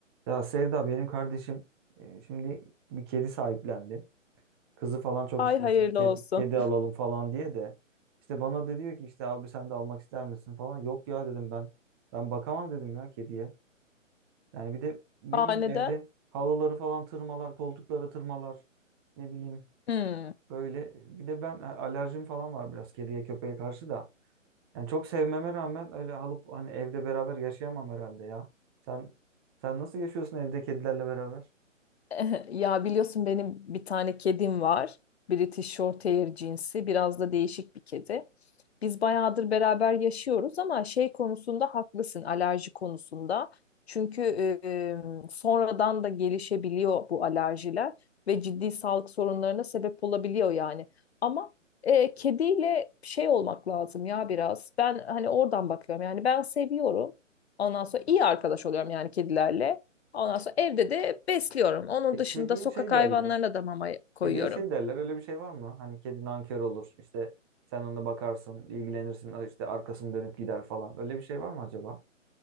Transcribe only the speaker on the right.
Ya Sevda benim kardeşim e, şimdi bir kedi sahiplendi. Kızı falan çok
istemiş
bir kedi,
kedi alalım falan diye de işte bana da diyor ki işte abi sen de almak ister misin falan. Yok ya dedim ben. Ben bakamam dedim ya kediye. Yani bir de ne
bileyim
evde halıları falan tırmalar, koltukları tırmalar. Ne bileyim
böyle bir de ben a- alerjim falan var biraz kediye köpeğe karşı da. Yani çok sevmeme rağmen öyle alıp hani evde beraber yaşayamam herhalde ya. Sen sen nasıl yaşıyorsun evde kedilerle beraber?
E,
kediye
şey
derler.
Kediye şey derler. Öyle bir şey var mı? Hani kedi nankör olur. İşte sen ona bakarsın, ilgilenirsin. işte arkasını dönüp gider falan. Öyle bir şey var mı acaba?